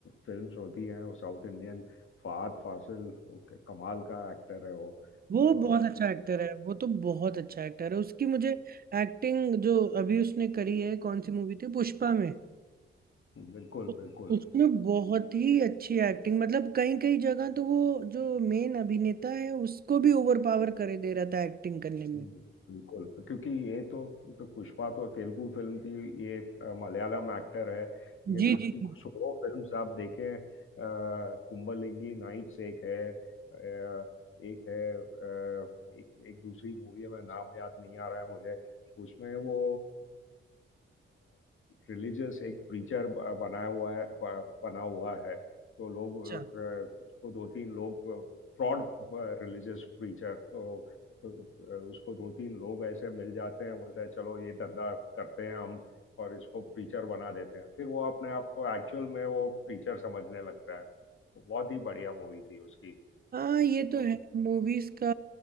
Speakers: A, on the left (about 75°); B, on the right (about 45°).
A: फिल्म्स होती हैं वो साउथ इंडियन फहद फासिल वो क्या कमाल का एक्टर है वो
B: वो
A: अ,
B: बहुत अच्छा एक्टर है वो तो बहुत अच्छा एक्टर है उसकी मुझे एक्टिंग जो अभी उसने करी है कौन सी मूवी थी पुष्पा में
A: बिल्कुल
B: उस-
A: बिल्कुल
B: उसमें बहुत ही अच्छी एक्टिंग मतलब कई कई जगह तो वो जो मेन अभिनेता है उसको भी ओवर पावर करे दे रहा था एक्टिंग करने में
A: हिंदी, बिल्कुल क्योंकि ये तो पुष्पा तो तेलुगु फिल्म थी ये अ, मलयालम एक्टर है लेकिन
B: जी
A: उसकी
B: जी जी
A: सोलो फिल्म्स आप देखें अ, कुंबलिंगी नाइट्स एक है अ, एक है अ, एक एक दूसरी मूवी है मैं नाम याद नहीं आ रहा है मुझे उसमें वो रिलीजियस एक प्रीचर बनाया हुआ है ब- बना हुआ है तो लोग
B: अच्छा
A: अ, उसको दो तीन लोग फ्रॉड रिलीजियस प्रीचर तो तो उसको दो तीन लोग ऐसे मिल जाते हैं बोलते हैं चलो ये धंधा करते हैं हम और इसको प्रीचर बना देते हैं फिर वो अपने आप को एक्चुअल में वो प्रीचर समझने लगता है बहुत ही बढ़िया मूवी थी उसकी
B: हाँ ये तो
A: तो
B: है मूवीज का